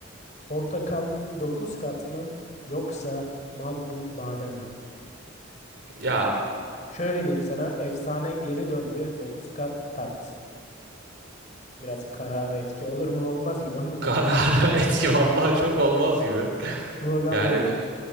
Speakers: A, on the left; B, on the right.
A: Portakal 9 kat mı yoksa Magnum badem mi?
B: Ya
A: Şöyle diyeyim sana efsane geri döndü 9 kat tat. Biraz karara etki olur mu olmaz gibi ama
B: karara
A: ben
B: <laughs> etki
A: <laughs>
B: vallahi çok olmaz gibi.
A: sloganla
B: Yani
A: geldim.